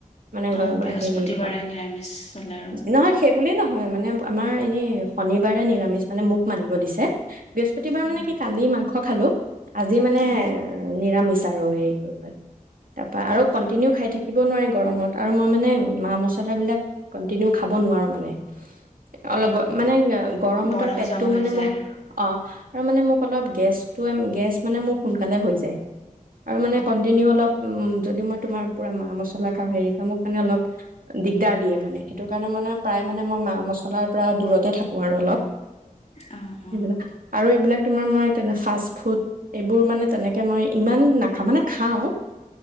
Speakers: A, on the right; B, on the left.
A: মানে
B: অ বৃহস্পতিবাৰে
A: হেৰি ঘ
B: নিৰামিষ চলে আৰু
A: নহয় সেইবোলি নহয় হয় মানে আমাৰ এনেই শনিবাৰে নিৰামিষ মানে মোক মানিব দিছে বৃহস্পতিবাৰ মানে
B: অ
A: কি, কালি মাংস, মাংস খালো। আজি মানে
B: অ
A: নিৰামিষ তাৰৈয়েকৰ ঘৰত তাৰ পৰা আৰু কন্টিনিউ
B: অ
A: খাই থাকি থাকিব নোৱাৰি গৰমত আৰু মই মানে মা মছলাবিলাক কণ্টিনিউ খাব নোৱাৰোঁ মানে অলপ
B: অ
A: মানে গৰমতৰ
B: বদ হজম
A: পেটটোও
B: হৈ
A: মানে
B: যায়
A: মোৰ আৰু মানে মোক অলপ গেছটো', -গেছ', মানে মোৰ সোনকালে হৈ যায়। আৰু মানে
B: অ
A: কণ্টিনিউ অলপ উ যদি মই তোমাৰ পুৰা মা মছলা খাওঁ হেৰি খা মোক মানে অলপ দিগদাৰ দিয়ে মানে সেইটো কাৰণে মানে প্ৰায় মানে মই মা মছলাৰ পৰা দূৰতে থাকো আৰু অলপ
B: অ অ
A: এইবিলাক আৰু এইবিলাক তোমাৰ মই তেনে ফাষ্ট ফুড এইবোৰ মানে তেনেকে মই ইমান নাখা মানে খাওঁ